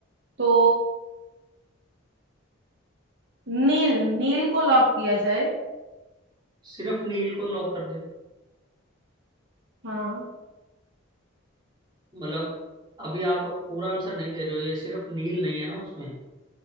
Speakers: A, on the right; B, on the right.
A: तो नील नील को लॉक किया जाए
B: सिर्फ नील को लॉक कर दे
A: हाँ
B: मतलब अभी आप पूरा आंसर नहीं दे रहे हो ये सिर्फ नील नहीं है ना उसमें